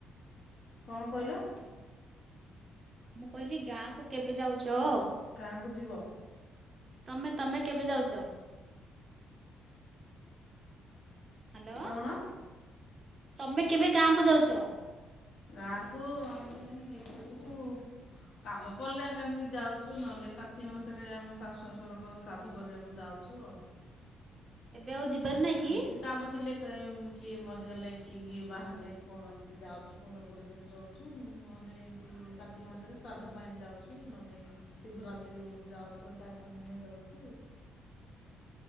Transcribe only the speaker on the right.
ମୁଁ କହିଲି ଗାଁ କୁ କେବେ ଯାଉଚ ଓ?
ତମେ ତମେ କେବେ ଯାଉଛ? ହ୍ୟାଲୋ
ତମେ କେବେ ଗାଁ କୁ ଯାଉଚ?
ଏବେ ଆଉ ଯିବାର ନାଇଁ କି?